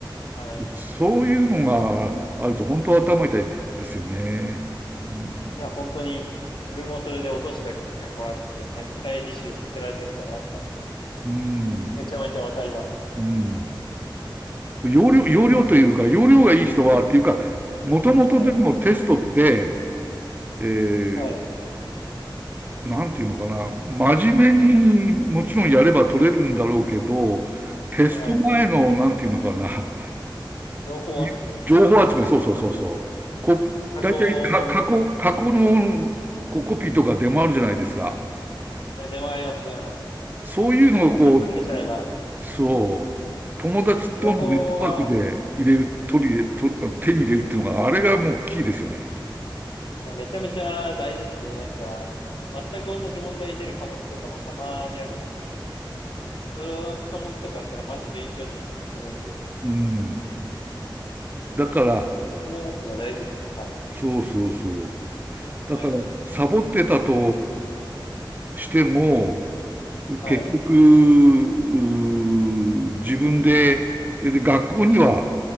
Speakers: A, on the left; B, on the right.
A: はい。
B: う。そういうのがあると本当頭痛いですよね。うん。
A: いや、本当に自分もそれで落とした過去あって、なんか再履修させられてみたいなのあったんで、
B: うん
A: めちゃめちゃわかります。
B: うん。容量、容量というか、容量がいい人はっていうか、もともとでもテストって、
A: はい。
B: えー、
A: はい。
B: なんていうのかな、真面目にもちろんやれば取れるんだろうけど、テスト前の、
A: は
B: なんていうのかな、
A: い。情報集めとか、
B: い情報集め、そうそうそうそう。こ、
A: 過去問とか。
B: 大体か、過去、過去のこうコピーとか出回るじゃないですか。
A: いや、出回ります、出回ります。
B: そういうのをこう、
A: 集めちゃえば、
B: そう。友達とのネットワークで入れる、
A: 情報は、うん、
B: 取り入れ、と、手に入れるっていうのが、あれがもうキーですよね。
A: いや、めちゃめちゃ大事ですね。なんか、全く同じ問題出る科目とかもたまにあるんで。その科目とかあったらマジ勉強しなくて済むんで。
B: うん。だから、
A: そこも持つの大事です。はい。
B: そうそうそう。だから、
A: はい。
B: サボってたとしても、
A: はい。
B: 結局、うー自分で、で学校には